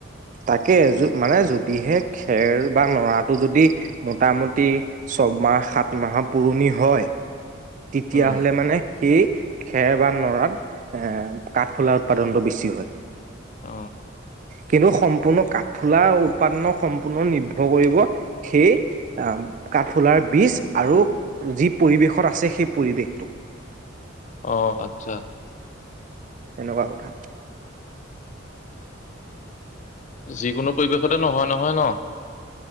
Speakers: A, on the right; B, on the left.
A: তাকে মানে যদিহে খেল বা লৰাটো যদি হে মোটামুটি ছয়মাহ সাত মাহৰ পুৰণি হয়। তেতিয়াাহ'লে
B: উম
A: মানে কি খেৰ বা নৰাত এ কাঠফুলাৰ উৎপাদনটো বেছি হয়।
B: অ
A: কিন্তু সম্পূৰ্ণ কাঠফুলাৰ উৎপাদন সম্পূৰ্ণ নিৰ্ভৰ কৰিব সেই কাঠফুলাৰ বীজ আৰু যি পৰিৱেশত আছে সেই পৰিৱেশটো
B: আহ আচ্ছা
A: এনেকুৱা কথা
B: যিকোনো পৰিৱেশতে নহয় নহয় ন